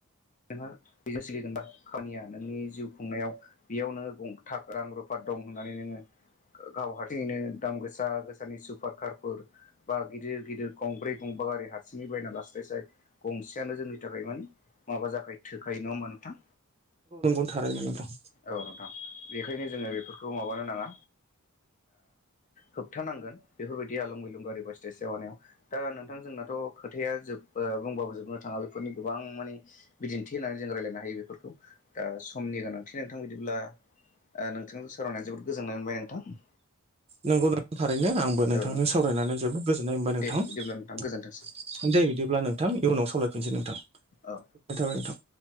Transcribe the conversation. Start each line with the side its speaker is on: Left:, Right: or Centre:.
Left: नोंहा बेजों सोलिगोन दा खामानिया नोंनि जिउ खुंनायाव बेयाव नोङो गंथ रां रुफा दं होननानै नोङो गाव हारसिङैनो दाम गोसा गोसानि सुपार कारफोर बा गिदिर गिदिर गंब्रै गंब्र बा गारि हारसिङै बायना लास्लायसाय गंसेयानो जोंनि थाखाय मानिे माबा जाखायो थोखायो नङा होमबा नोंथां
Right: नंगौ थारैनो नोंथां
Left: औ नोंथां बेखायनो जोङो बेफोरखौ माबानो नाङा होबथानांगोन बेफोरबायदि आलुं गलुं गारि बासटे जवानायाव दा नोंथांजोंनाथ' खोथाया जोब बुंबाबो जोबनो थाङा बेफोरनि गोबां माने बिदिन्थि होननानै जों रायजलायनो हायो बेफोरखौ दा समनि गोनांथि नोंथां बिदिब्ला नोंथांजों सावरायनाया जोबोद गोजोननाय मोनबाय नोंथां
Right: नंगौ नोंथां थारैनो आंबो नोंथांजों
Left: औ नोंथां
Right: सावरायनानै जोबोद गोजोननाय मोनबाय नोंथां
Left: दे बिदिब्ला गोजोनथोंसै
Right: दे बिदिब्ला नोंथां इयुनाव सावलरायफिनसै नोंथां गोजोननाय
Left: औ
Right: थाबाय नोंथां